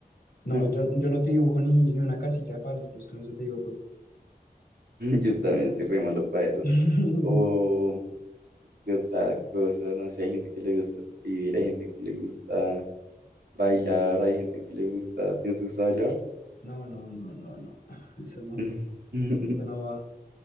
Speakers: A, on the left; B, on the right.
A: No,
B: <laughs>
A: yo, yo no te dibujo ni, ni una casita de palitos, con eso te digo todo.
B: Yo también soy re malo para eso.
A: <laughs>
B: O qué otra cosa, no sé, hay gente que le gusta escribir, hay gente que le gusta bailar, hay gente que le gusta... ¿A ti no te gusta bailar?
A: No, no, no, no, no, no, eso no,
B: <laughs>
A: eso no va.